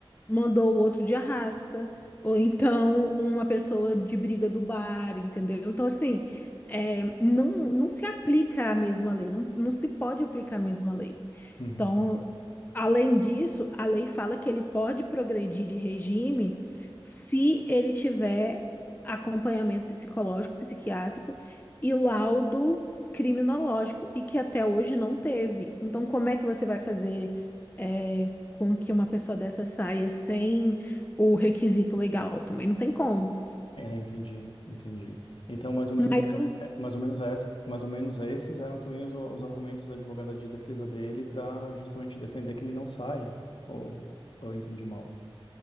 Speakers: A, on the left; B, on the left.
A: mandou o outro de arrasta, ou então uma pessoa de briga do bar, entendeu? Então, assim, é, não, não se aplica a mesma lei, não, não se pode aplicar a mesma lei.
B: uhum.
A: Então, além disso, a lei fala que ele pode progredir de regime se ele tiver acompanhamento psicológico, psiquiátrico e laudo criminológico, e que até hoje não teve. Então, como é que você vai fazer, é, com que uma pessoa dessa saia sem o requisito legal? Também não tem como.
B: É, entendi, entendi. Então, mais ou menos,
A: Mas o.
B: é, mais ou menos essa, mais ou menos esses eram também os, os argumentos da advogada de defesa dele para justamente defender que ele não saia, ou, ou eu entendi mal.